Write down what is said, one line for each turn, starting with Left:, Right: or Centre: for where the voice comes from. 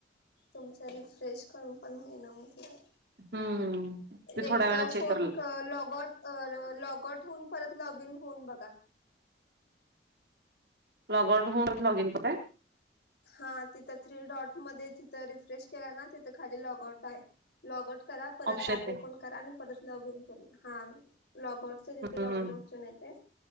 Left: तुमच रिफ्रेश करम पण होईना म्हधलं
Right: हम्म ते
Left: एकदा
Right: थोड्या वेळा चेक
Left: फोन
Right: कर
Left: लॉगट अ लॉग आऊट होऊन परत लॉग इन होऊन बघा.
Right: लग आउट होऊ न लग इन को
Left: हा तिथं थ्री डॉट मध्ये तिथं रिफ्रेश केला ना तिथं खाली लॉग आउट आहे. लॉगऊट करा परत
Right: ऑप्शन
Left: ऍप
Right: येते
Left: ओपन करा आणि परत लॉग इन करा हां. लॉगउटचं जिथे
Right: हम्म
Left: लॉग इन ऑप्शन येते